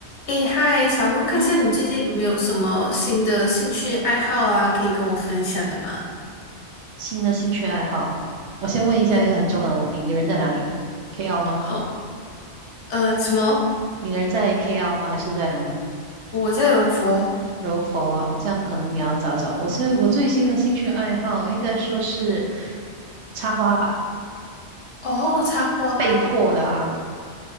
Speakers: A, on the left; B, on the right.
A: 诶，嗨，想问看一下你最近有没有什么新的兴趣爱好啊，
B: 嗯哼，
A: 可以跟我分享的吗？
B: 新的兴趣爱好啊，我先问一下一个很重要的问题：
A: 嗯，
B: 你人在哪里？KL 吗？
A: 好，呃，什么？
B: 你人在 KL 吗？还是在哪里？
A: 我在柔佛。
B: 柔佛啊，这样可能你要找找了我是我最新的兴趣爱好，应该说是插花吧，
A: 哦，插花，
B: 被迫的啊，